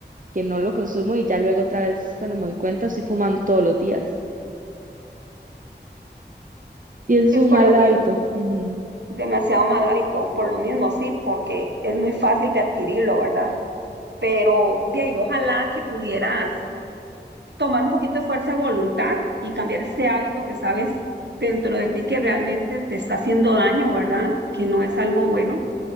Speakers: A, on the right (about 50°); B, on the right (about 75°).
A: que no lo consumo y ya luego otra vez cuando me doy cuenta estoy fumando todos los días. Y eso es
B: Es
A: un
B: colombia
A: mal hábito. Ujú.
B: demasiado mal hábito, por lo mismo, sí, porque es muy fácil de adquirirlo, ¿verdad? Pero de ahí, ojalá que pudieras tomar un poquito de fuerza de voluntad y cambiar ese hábito que sabes dentro de ti que realmente te está haciendo daño, ¿verdad? Que no es algo bueno